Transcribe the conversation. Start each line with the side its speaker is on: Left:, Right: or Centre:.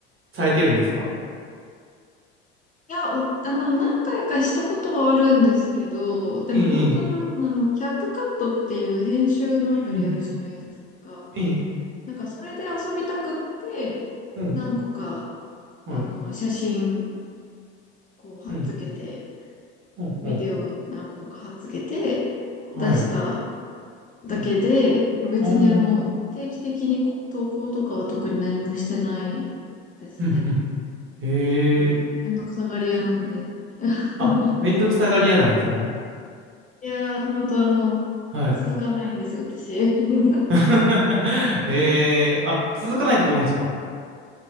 Right: されてるんですか
Left: や、おあの、何回かしたことはあるんですけど、でも本当な、
Right: ええ、ええ、
Left: あの、キャップカットっていう編集のアプリあるじゃないですか。
Right: うんうん、ええ、
Left: なんかそれで遊びたくって、
Right: うん、
Left: 何個か、
Right: はい、
Left: あの、写真、こう、貼っつけて、
Right: うん、うん、
Left: ビデオ何個か貼っつけて
Right: うんはい、
Left: 出しただけで、
Right: うん、
Left: 別にあの、
Right: ああ、
Left: 定期的に投稿とかは特に何もしてないですね。
Right: うん、うん。へえ。
Left: うん。めんどくさがり屋なんで。<laughs>
Right: あ、めんどくさがり屋なんですね。
Left: いやー、ほんとあの、
Right: はい。
Left: 続かないんですよ、私。<laughs>
Right: <laughs> えー、あ、続かないこと多いんですか